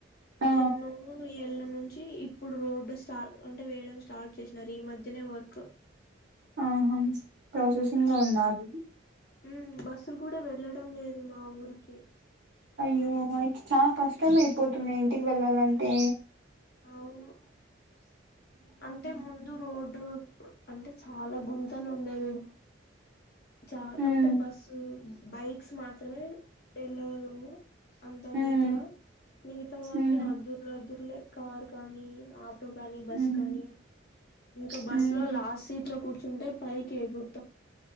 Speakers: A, on the right; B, on the left.
A: ఆ
B: ఎన్నో ఏళ్ళ నుంచి ఇప్పుడు రోడ్డు స్టార్ అంటే వేయడం స్టార్ట్ చేసినారు ఈ మధ్యనే వర్క్
A: ఆహా ప్రాసెసింగ్ లో ఉందా అది
B: ఊ బస్సులు కూడ వెళ్ళడం లేదు మా ఊరికి
A: అయ్యో అయితే చానా కష్టం అయిపోతుందే ఇంటికి వెళ్ళాలంటే
B: అవును అంటే ముందు రోడ్ రోడ్డు అంటే చాలా గుంతలు ఉండేవే చా
A: ఉమ్
B: అంటే బస్సు బైక్స్ మాత్ర తనే ఎల్లరు. అంతా
A: హ్మ్
B: నీట్ గా మిగతావన్నీ
A: హ్మ్
B: అద్దుర్లు అద్దుర్లే. కార్ కాని ఆట్. ఆటో కానీ, బస్
A: హ్మ్
B: కానీ ఇంకా బస్
A: హ్మ్
B: లో లాస్ట్ సీట్ లో కూర్చుంటే కూర్చుంటే పైకి ఎగురు